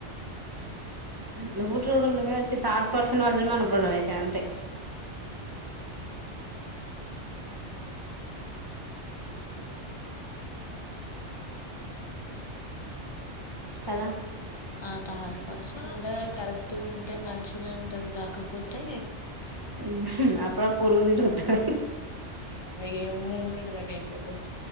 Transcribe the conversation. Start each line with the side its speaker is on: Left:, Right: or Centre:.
Right: నూ ట్రూగా ఉంటనే వచ్చి థర్డ్ పర్సన్ వాళ్ళ మన గోడావ అయితయి అంతే కదా
Left: ఆ థర్డ్ పర్సన్ కూడా కరెక్ట్గా ఉంటే మంచినే ఉంటది కాకపోతే
Right: ఉమ్ అప్పుడ పూరుగు తిని వస్తాది
Left: అగమే గడు గనే ఇబోదు